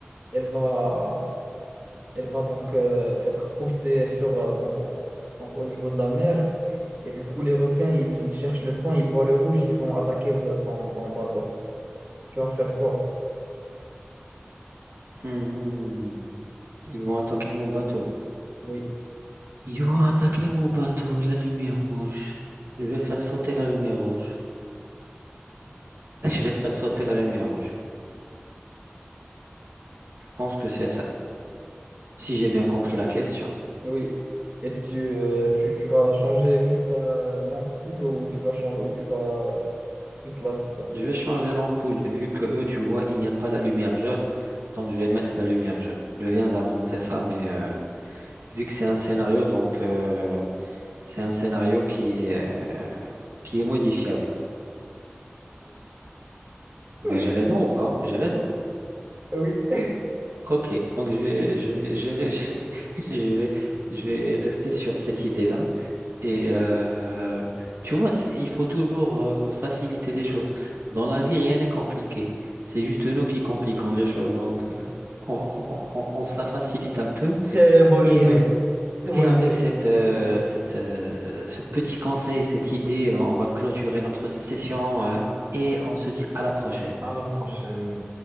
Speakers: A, on the right; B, on the right.
A: elle va, elle va donc euh, être projetée sur, euh, donc, en- donc, au niveau de la mer. Et du coup, les requins, ils, ils cherchent le sang, ils voient le rouge, ils vont attaquer euh, ton ton bateau. Tu vas faire quoi?
B: Mhm. Ils vont attaquer mon bateau.
A: Oui,
B: Ils vont attaquer mon bateau, la lumière rouge. Je vais faire sauter la lumière rouge. <laughs> Je vais faire sauter la lumière rouge. Je pense que c'est ça. Si j'ai bien compris la question.
A: oui. Et tu, euh, tu, tu vas changer juste la l'ampoule ou tu vas changer ou tu vas juste là, là.
B: Je vais changer l'ampoule, vu que eux, tu vois, ils n'aiment pas la lumière jaune. Donc, je vais mettre la lumière jaune. Je viens d'inventer ça, mais euh, vu que c'est un scénario, donc euh, c'est un scénario qui est, euh, qui est modifiable. Bah,
A: <laughs>
B: j'ai raison ou pas? J'ai raison.
A: Oui,
B: Ok, donc je vais, je vais, je vais, <laughs> je vais, je vais rester sur cette idée-là. Et euh, tu vois, c'est- il faut toujours euh, faciliter les choses. Dans la vie, rien n'est compliqué. C'est juste nous qui compliquons les choses. Donc, euh, on, on- on- on se la facilite un peu.
A: très bonne
B: Et,
A: idée.
B: euh,
A: Très bonne
B: et avec
A: idée.
B: cette, euh,
A: Oui,
B: cette, euh, ce petit conseil, cette idée, euh, on va clôturer notre session euh, et on se dit à la prochaine.
A: à la prochaine.